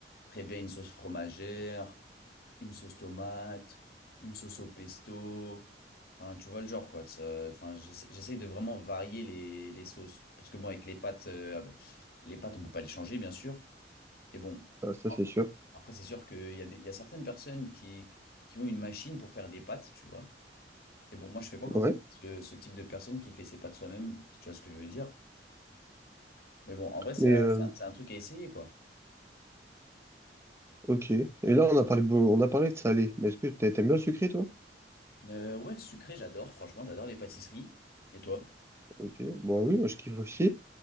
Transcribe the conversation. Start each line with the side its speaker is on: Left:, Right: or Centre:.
Left: très bien une sauce fromagère, une sauce tomate, une sauce au pesto. Enfin, tu vois le genre quoi. Ça- enfin, j'essa- j'essaye de vraiment varier les, les sauces. Parce que moi avec les pâtes, euh, les pâtes, on peut pas les changer, bien sûr. Et bon,
Right: Ah, ça,
Left: oh,
Right: c'est sûr.
Left: après, c'est sûr qu'il y a des- il y a certaines personnes qui, qui ont une machine pour faire des pâtes, tu vois. Et bon, moi, je fais pas encore
Right: Ouais.
Left: partie de ce, ce type de personne qui fait ses pas de soi-même, si tu vois ce que je veux dire. Mais bon, en vrai, c'est
Right: Mais
Left: un
Right: euh,
Left: c'est un- c'est un truc à essayer, quoi.
Right: ok. Et là, on a parlé, beau- on a parlé de salé. Mais est-ce que t'a- t'aimes bien le sucré, toi?
Left: Euh, ouais, le sucré, j'adore, franchement, j'adore les pâtisseries. Et toi?
Right: Ok. Bon, oui, moi, je kiffe aussi.